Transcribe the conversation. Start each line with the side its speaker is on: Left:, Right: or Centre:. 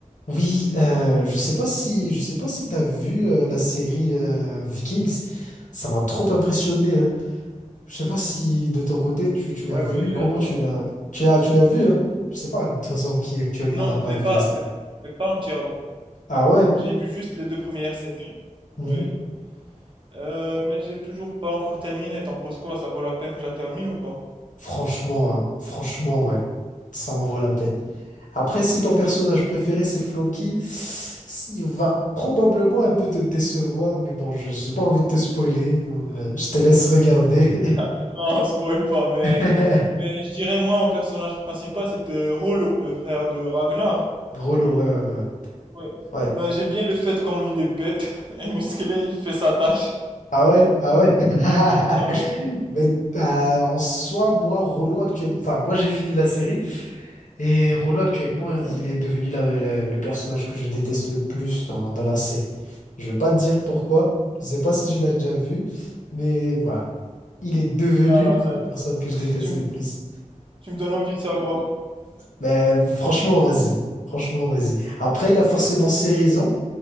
Left: Oui, euh, je sais pas si je sais pas si t'as vu euh, la série euh, Vikings. Ça m'a trop impressionné. Hein. Je sais pas si de ton côté tu, tu
Right: Ouais,
Left: l'as vu,
Right: ouais, j'ai
Left: comment
Right: adoré.
Left: tu l'as tu l'as tu l'as vu. Hein. Je sais pas de toute façon qui actuellement
Right: Non,
Left: n'a pas
Right: mais
Left: vu
Right: pas,
Left: la série.
Right: mais, mais pas entièrement.
Left: Ah ouais.
Right: J'ai vu juste les deux premières saisons.
Left: Mhm.
Right: Oui. Euh, mais j'ai toujours pas encore terminé. T'en penses quoi? Ça vaut la peine que je la termine ou pas?
Left: Franchement, hein, franchement ouais, ça en vaut la peine. Après, si ton personnage préféré c'est Floki, il va probablement un peu te décevoir, mais bon, je j'ai pas envie de te spoiler. euh, Je te laisse regarder.
Right: <laughs> Non, spoil pas, mais,
Left: <laughs>
Right: mais je dirais moi, mon personnage principal, c'était Rollo, le frère de Ragnar.
Left: Drôlo, ouais, ouais, ouais.
Right: Oui.
Left: Ouais.
Right: Mais j'aime bien le fait comme il est bête <laughs> et musclé, il fait sa tâche.
Left: Ah ouais, ah ouais. <laughs>
Right: Ouais.
Left: Mais euh, en soi, moi, Rollo actuellement, enfin, moi j'ai fini la série et Rollo actuellement, il
Right: Ouais.
Left: est devenu la- la- le personnage que je déteste le plus dans, dans la série. Je vais pas te dire pourquoi, je sais pas si tu l'as déjà vu, mais voilà, il est devenu
Right: Non, non, ça
Left: la
Right: y
Left: personne
Right: est.
Left: que je déteste
Right: Tu me,
Left: le plus.
Right: tu me donnes envie de savoir.
Left: Mais franchement, vas-y, franchement, vas-y. Après, il a forcément ses raisons.